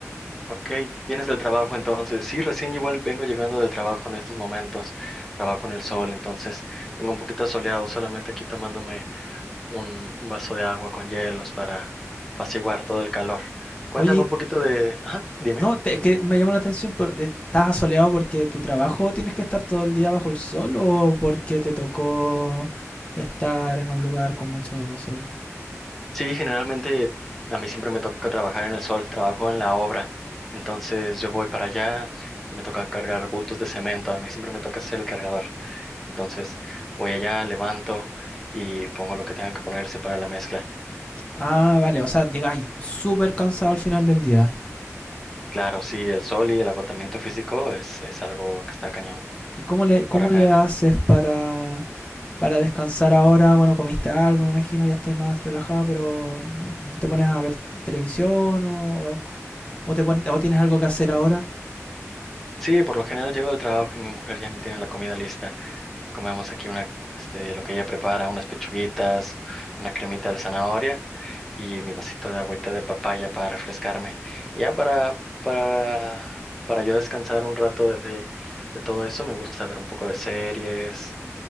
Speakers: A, in the centre; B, on the left.
A: Ok, vienes del trabajo entonces. Sí, recién igual vengo llegando del trabajo en estos momentos. Trabajo en el sol, entonces vengo un poquito soleado, solamente aquí tomándome un, un vaso de agua con hielos para apaciguar todo el calor. Cuéntame
B: Oye, y-
A: un poquito de... Ajá, dime.
B: no, te- es que me llamó la atención, pero, eh, ¿estás asoleado porque tu trabajo tienes que estar todo el día bajo el sol o porque te tocó estar en un lugar con mucho sol?
A: Sí, generalmente a mí siempre me toca trabajar en el sol, trabajo en la obra. Entonces yo voy para allá, me toca cargar bultos de cemento, a mí siempre me toca ser el cargador. Entonces voy allá, levanto y pongo lo que tenga que ponerse para la mezcla.
B: Ah, vale, o sea, llegáis súper cansado al final del día.
A: Claro, sí, el sol y el agotamiento físico es, es algo que está cañón
B: ¿Y cómo le, cómo
A: por acá.
B: le haces para, para descansar ahora? Bueno, comiste algo, me imagino, ya estáis más relajado, pero eh, ¿te pones a ver televisión o, o, o te pon- o tienes algo que hacer ahora?
A: Sí, por lo general llego al trabajo y mi mujer ya me tiene la comida lista. Comemos aquí una, este, lo que ella prepara, unas pechuguitas, una cremita de zanahoria y mi vasito de agüita de papaya para refrescarme. Ya para, para, para yo descansar un rato de, de todo eso, me gusta ver un poco de series